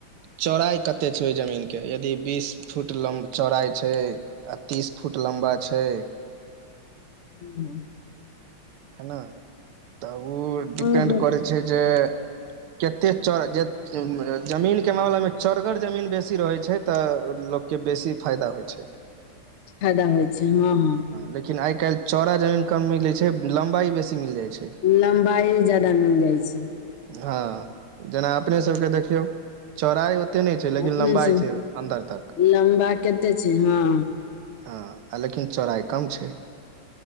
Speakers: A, on the right; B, on the left.
A: चौड़ाइ कतेक छै ओहि जमीनके यदि बीस फुट लम्ब चौड़ाइ छै आ तीस फुट लम्बा छै
B: हू
A: हेनय तऽ उ
B: हूँ
A: डिपेन्ड
B: हूँ
A: करै छै जे कतेक चौड़ा जे जमीनके मामलामे चोडगर जमीन बेसी रहैत छै तऽ लोकके बेसी फायदा होइ छै <inaudible>
B: फायदा होइ छै हँ हँ
A: लेकिन आइ काइल चौड़ा जमीन कम मिले छै लम्बाई बेसी मिल जाय छै
B: लम्बाई ज्यदा मिल जाय छै
A: हँ जेना अपने सबके देखियौ चौड़ाइ ओतेक नय छै लेकिन
B: अपने
A: लम्बाइ
B: से
A: छै अन्दर तक
B: लम्बा कते छै हँ
A: हँ आ लेकिन चौराइ कम छैय